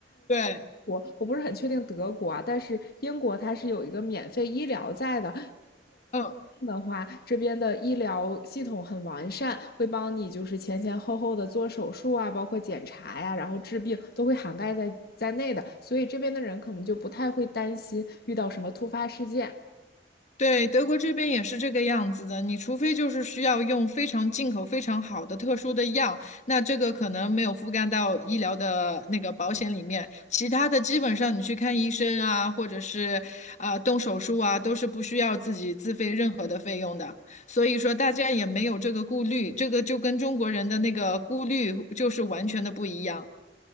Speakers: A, on the left; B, on the left.
A: 对，
B: 我我不是很确定德国啊，但是英国它是有一个免费医疗在的。
A: 嗯
B: 这样的话，这边的医疗系统很完善，会帮你就是前前后后的做手术啊，包括检查呀、然后治病都会涵盖在在内的，所以这边的人可能就不太会担心遇到什么突发事件。
A: 对，德国这边也是这个样子的。你除非就是需要用非常进口、非常好的特殊的药，那这个可能没有覆盖到医疗的那个保险里面。其他的基本上你去看医生啊，或者是啊、呃动手术啊，都是不需要自己自费任何的费用的。所以说大家也没有这个顾虑，这个就跟中国人的那个顾虑就是完全的不一样。